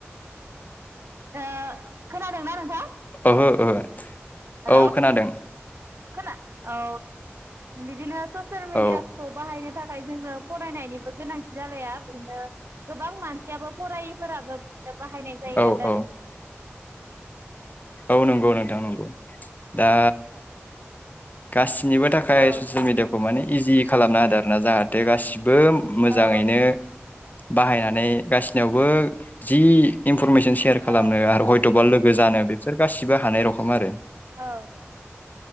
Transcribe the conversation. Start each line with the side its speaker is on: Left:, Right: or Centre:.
Right: ओ खोनादोंना नोंथां
Left: ओहो ओहो
Right: हेलौ
Left: औ खोनादों
Right: खोना औ बिदिनो ससियेल मिडियाखौ
Left: औ
Right: बाहायनो थाखा थाखाय जोंङो फरायनायनिबो गोनांथि जालाया बिदिनो गोबां मानसियाबो फरायैफोराबो। बाहायनाय जायो
Left: औ
Right: आरो
Left: औ औ नंगौ नोंथां नंगौ दा गास निबो थाखाय
Right: औ
Left: ससियेल मिडियाखौ माने इजि खालामना होदों आरो ना जाहा थे गासिबो मोजाङैनो
Right: औ
Left: बाहायनानै गासिनियावबो जि इम इनफरमेसन सेयार खालामनो
Right: औ
Left: आरो हयथबा लोग गोजानो बिसोर गासिबो हानाय रखम आरो
Right: औ